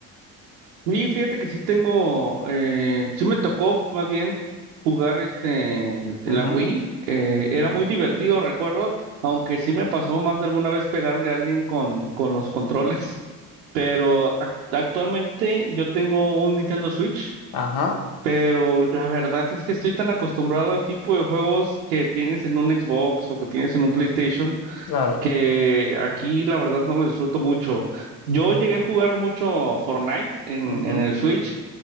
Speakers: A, on the right; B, on the left.
A: Y fíjate que sí tengo, eh, sí me tocó más bien jugar este la
B: Ujú.
A: Wii, eh, era muy divertido, recuerdo, aunque sí me pasó más de alguna vez pegarle a alguien con, con los controles, <laughs> pero ac- actualmente yo tengo un Nintendo Switch,
B: Ajá,
A: pero la verdad es que estoy tan acostumbrado al tipo de juegos que tienes en un Xbox o que tienes en un PlayStation,
B: claro.
A: que aquí la verdad no lo disfruto mucho. Yo llegué a jugar mucho Fortnite en,
B: Ujú.
A: en el Switch,